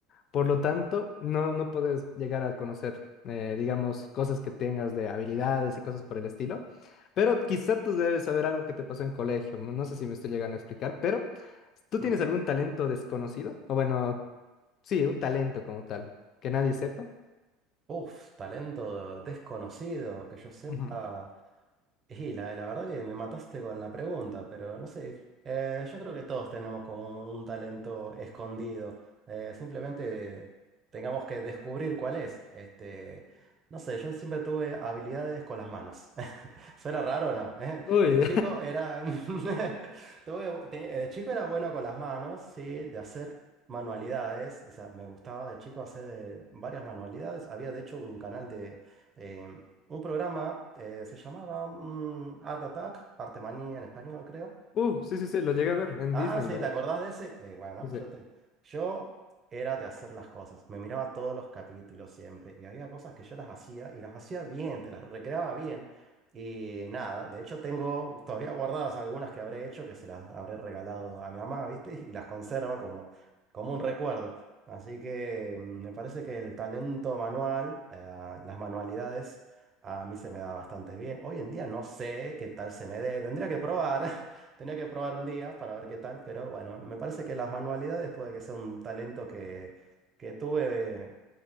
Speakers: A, on the left; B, on the right.
A: Por lo tanto, no, no puedes llegar a conocer, eh, digamos, cosas que tengas de habilidades y cosas por el estilo. Pero quizá tú debes saber algo que te pasó en colegio. No no sé si me estoy llegando a explicar, pero ¿tú
B: ujú.
A: tienes algún talento desconocido? O bueno, sí, un talento como tal, que nadie sepa.
B: Uf, talento desconocido, que yo sepa.
A: Ujú.
B: Y la, la verdad que me mataste con la pregunta, pero no sé. Eh, yo creo que todos tenemos como un talento escondido. Eh, simplemente tengamos que descubrir cuál es. Este, no sé, yo siempre tuve habilidades con las manos. <laughs> <laughs> Suena raro, ¿no? Eh,
A: Uy.
B: De chico era... <laughs>
A: <laughs>
B: tuve- te- eh, De chico era bueno con las manos, sí, de hacer manualidades. O sea, me gustaba de chico hacer eh, varias manualidades. Había de hecho un canal de... eh, un programa, eh, se llamaba mm, Art Attack, Arte Manía en español, creo.
A: Uh, sí, sí, sí, lo llegué a ver en
B: Ah,
A: Disney,
B: sí,
A: ¿verdad?
B: ¿te acordás de ese? Eh, bueno,
A: Dice,
B: yo, te, yo era de hacer las cosas. Me miraba todos los capítulos siempre. Y había cosas que yo las hacía y las hacía bien, te las recreaba bien. Y nada, de hecho tengo todavía guardadas algunas que habré hecho, que se las habré regalado a mi mamá, ¿viste? Y las conserva como, como un recuerdo. Así que mm, me parece que el talento manual, eh, las manualidades, a mí se me da bastante bien. Hoy en día no sé qué tal se me dé, tendría que probar. Tenía que probar un día para ver qué tal, pero bueno, me parece que las manualidades puede que sea un talento que, que tuve, de-